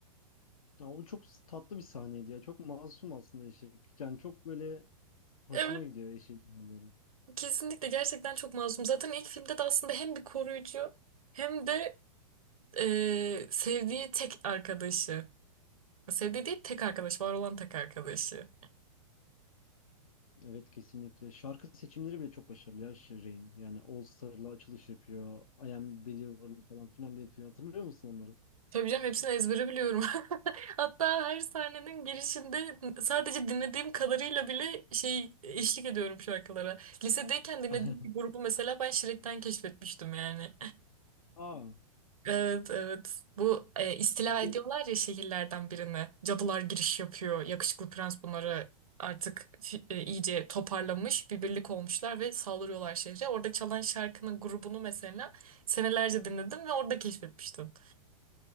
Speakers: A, on the left (about 75°); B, on the right (about 75°).
A: Ya o çok s- tatlı bir sahneydi ya. Çok masum aslında eşek. Yani çok böyle hoşuma
B: Evet
A: gidiyor eşeğin halleri.
B: kesinlikle gerçekten çok masum. Zaten ilk filmde de aslında hem bir koruyucu hem de Ee, sevdiği tek arkadaşı. Sevdiği değil tek arkadaş. Var olan tek arkadaşı.
A: Evet kesinlikle. Şarkı seçimleri bile çok başarılı ya Shireen. Yani All Star'la açılış yapıyor. I Am Believer'la falan final yapıyor. Hatırlıyor musun onları?
B: Tabii canım hepsini ezbere biliyorum. <laughs> Hatta her sahnenin girişinde sadece dinlediğim kadarıyla bile şey eşlik ediyorum şarkılara. Lisedeyken dinlediğim
A: <laughs>
B: bir grubu mesela ben Shrek'ten keşfetmiştim yani.
A: Aa,
B: Evet evet. Bu e, istila
A: e-
B: ediyorlar ya şehirlerden birini. Cadılar giriş yapıyor. Yakışıklı prens bunları artık fi- e, iyice toparlamış. Bir birlik olmuşlar ve saldırıyorlar şehre. Orada çalan şarkının grubunu mesela senelerce dinledim ve orada keşfetmiştim.